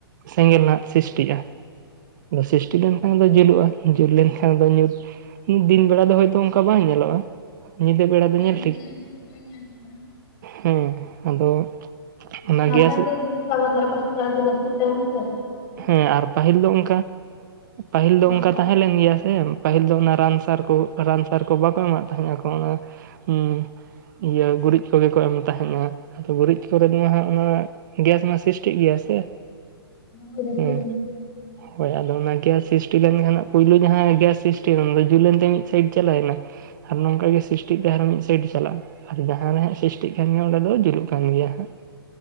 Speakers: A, on the right; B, on the left.
A: ᱥᱮᱸᱜᱮᱞ ᱱᱷᱟᱸᱜ ᱥᱤᱥᱴᱤᱜᱼᱟ, ᱟᱫᱚ ᱥᱤᱥᱴᱤ ᱫᱚ ᱠᱷᱟᱝ ᱫᱚ ᱡᱩᱞᱩᱜᱼᱟ, ᱡᱩᱞ ᱞᱮᱱᱠᱷᱟᱱ ᱫᱚ ᱧᱩᱛ ᱫᱤᱱ ᱵᱮᱲᱟ ᱫᱚ ᱦᱚᱭᱛᱚ ᱚᱝᱠᱟ ᱵᱟᱝ ᱧᱮᱞᱚᱜᱼᱟ᱾ ᱧᱤᱫᱟᱹ ᱵᱮᱲᱟ
B: ᱦᱳᱭ
A: ᱫᱚ ᱧᱮᱞ
B: ᱧᱤᱫᱟᱹ ᱞᱮᱱᱠᱷᱟᱱ ᱛᱟᱦᱚᱸᱞᱮ ᱧᱮᱞ ᱴᱷᱤᱠᱟᱹᱜ-ᱟ᱾
A: ᱦᱩᱸ ᱟᱫᱚ ᱚᱱᱟ
B: ᱫᱷᱟᱥᱟ
A: ᱜᱮᱥ
B: ᱮᱱᱮᱡ ᱡᱤᱱᱤᱥ ᱠᱚ ᱟᱵᱚ ᱫᱷᱟᱨᱮ ᱯᱟᱥᱮ ᱫᱚ ᱟᱹᱣᱨᱤ ᱡᱟᱹᱥᱛᱤᱜ ᱟ ᱡᱮ
A: ᱦᱮᱸ ᱟᱨ ᱯᱟᱹᱦᱤᱞ ᱫᱚ ᱚᱱᱠᱟ ᱯᱟᱹᱦᱤᱞ ᱫᱚ
B: ᱦᱳᱭ
A: ᱚᱱᱠᱟ ᱛᱟᱦᱮᱸ ᱞᱮᱱ ᱜᱮᱭᱟ ᱥᱮ ᱯᱟᱹᱦᱤᱞ ᱫᱚ ᱚᱱᱟ ᱨᱟᱱ ᱥᱟᱨ ᱠᱚ ᱨᱟᱱ ᱥᱟᱨ ᱠᱚ ᱵᱟᱠᱚ ᱮᱢᱟᱜ᱾ ᱚᱱᱟ ᱠᱚ ᱚᱱᱟ ᱦᱩᱸ ᱤᱭᱟᱹ ᱜᱩᱨᱤᱡ ᱠᱚᱜᱮ ᱠᱚ ᱮᱢ ᱛᱟᱦᱮᱱᱼᱟ ᱟᱫᱚ ᱜᱩᱨᱤᱡ ᱠᱚᱨᱮ ᱢᱟ ᱦᱟᱜ ᱚᱱᱟ ᱜᱮᱥ ᱢᱟ ᱥᱤᱥᱴᱤᱜ ᱜᱮᱭᱟ ᱥᱮ᱾
B: ᱦᱳᱭ ᱡᱟᱹᱥᱛᱤ
A: ᱦᱩᱸ᱾
B: ᱛᱟᱦᱮᱱ
A: ᱦᱳᱭ ᱟᱫᱚ ᱚᱱᱟ ᱜᱮᱥ ᱥᱤᱥᱴᱤ ᱞᱮᱱᱠᱷᱟᱱ ᱯᱩᱭᱞᱳ ᱡᱟᱦᱟ ᱜᱮᱥ ᱥᱤᱥᱴᱤ ᱚᱱᱟ ᱫᱚ ᱡᱩᱞᱮᱱ ᱛᱮ ᱢᱤᱫ ᱥᱟᱭᱤᱰ ᱪᱟᱞᱟᱣ ᱮᱱᱟ᱾ ᱟᱨ ᱱᱚᱝᱠᱟ ᱜᱮ ᱥᱤᱥᱴᱤ ᱛᱟᱦᱮ ᱢᱤᱫ ᱥᱟᱭᱤᱰ ᱪᱟᱞᱟᱜ-ᱟ ᱾ ᱟᱨ ᱡᱟᱦᱟᱸ ᱨᱮ ᱥᱤᱥᱴᱤᱜ ᱠᱟᱱ ᱜᱮᱭᱟ ᱚᱸᱰᱮ ᱫᱚ ᱡᱩᱞᱩᱜ ᱠᱟᱱ ᱜᱮᱭᱟ ᱦᱟᱸᱜ ᱾